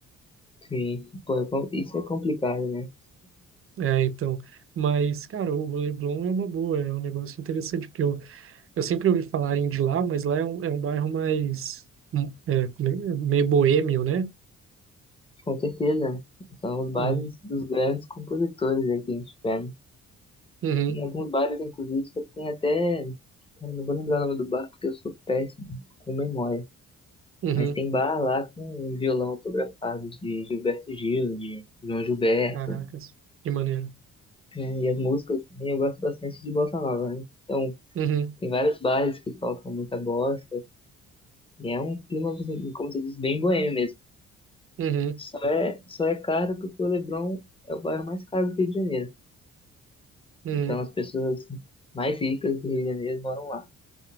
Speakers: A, on the left; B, on the right.
A: se, pô, é com- isso é complicado, né?
B: É, então, mas, cara, o Leblon é uma boa, é um negócio interessante, porque eu, eu sempre ouvi falarem de lá, mas lá é um, é um bairro mais, hum, é, como é- é meio boêmio, né?
A: Com certeza. São os bares
B: Hum,
A: dos grandes compositores aí que a gente tiver
B: Uhum,
A: Em alguns bares, inclusive, você tem até. Cara, não vou lembrar o nome do bar porque eu sou péssimo com memória.
B: uhum,
A: Mas tem bar lá com um violão autografado de Gilberto Gil, de João Gilberto.
B: caracas, que maneiro.
A: né? E as músicas também, eu gosto bastante de bossa nova, né? Então,
B: Uhum,
A: tem vários bares que tocam muita bossa. E é um clima, assim, como você disse, bem boêmio mesmo.
B: uhum,
A: Só é, só é caro porque o Leblon é o bairro mais caro do Rio de Janeiro.
B: uhum.
A: Então, as pessoas mais ricas do Rio de Janeiro moram lá.